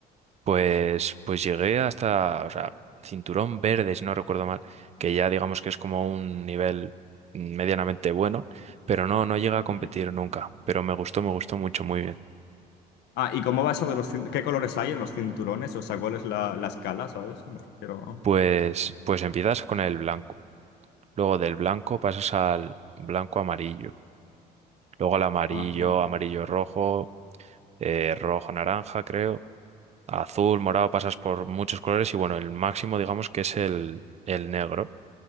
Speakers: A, on the right; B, on the left.
A: pues, pues llegué hasta, o sea, cinturón verde, si no recuerdo mal, que ya digamos que es como un nivel medianamente bueno, pero no, no llega a competir
B: Ujú.
A: nunca. Pero me gustó, me gustó mucho, muy bien.
B: Ah, ¿y cómo va eso de los... cin- ¿Qué colores hay en los cinturones? O sea, ¿cuál es la, la escala, ¿sabes? Me refiero...
A: Pues, pues empiezas con el blanco, luego del blanco pasas al blanco amarillo, luego al amarillo,
B: Ajá.
A: amarillo rojo, eh, rojo naranja, creo, azul, morado, pasas por muchos colores y bueno, el máximo digamos que es el, el negro.